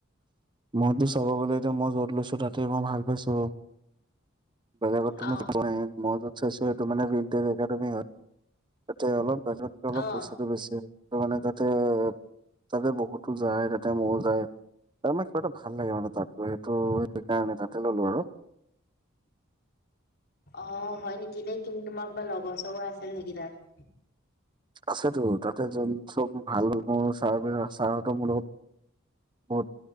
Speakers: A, on the right (about 25°); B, on the left (about 50°).
A: মোৰতো চাব গ'লে এতিয়া মই য'ত লৈছো তাতে মই ভাল পাইছো আৰু। বেলেগত <inaudible> তুমি
B: অ',
A: মই যত চাইছো সেতো মানে তুমি হয়। ত অলপ বাজতকৈ অলপ
B: অ',
A: পইচাটো বেচি মানে তাতে। তাতে বহুতো যায় তাতে মৌ যায়। তাৰমানে কিবাটো ভাল লাগে মানে তাত গৈ সেইটো সেইকাৰণে তাতে ললো আৰু।
B: অ হয় নেকি নেই কিন্তু তোমাৰ বা লগৰ চৰ আছে নেকি তাত।
A: আছেতো তাতে যল চব ভাল মোৰ চাৰ ছাৰহতৰ মোৰ লগত। বৰ